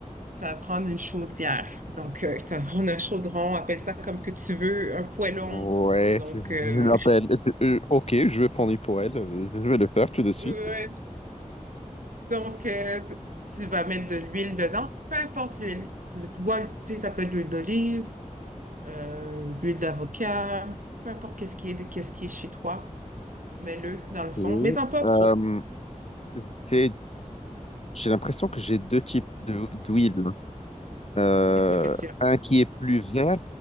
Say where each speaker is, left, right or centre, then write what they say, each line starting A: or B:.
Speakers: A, on the right; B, on the left.
A: Tu vas prendre une chaudière. Donc, euh, tu vas prendre un chaudron, appelle ça comme que tu veux, un poêlon.
B: Ouais,
A: Donc,
B: je je
A: euh,
B: l'appelle. Euh, ok, je vais prendre pour elle. euh, Je vais le faire tout de suite.
A: <laughs> ouais, donc euh, tu tu vas mettre de l'huile dedans, peu importe l'huile. Tu peux tu sais, ça peut être de l'huile d'olive, euh, l'huile d'avocat, peu importe qu'est-ce qui est, qu'est-ce qui est chez toi, mets-le dans le fond,
B: Et,
A: mais en pas trop.
B: euh, j'ai j'ai l'impression que j'ai deux types de- d'huile. Euh,
A: C'est quoi que tu as?
B: un qui est plus vert